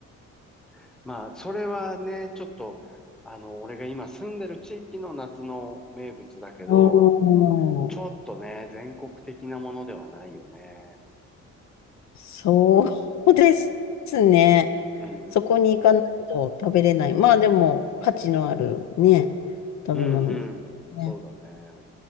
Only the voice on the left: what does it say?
おー
そうですね。
そこに行かないと食べれない。まあでも、価値のあるね、食べ物ですね。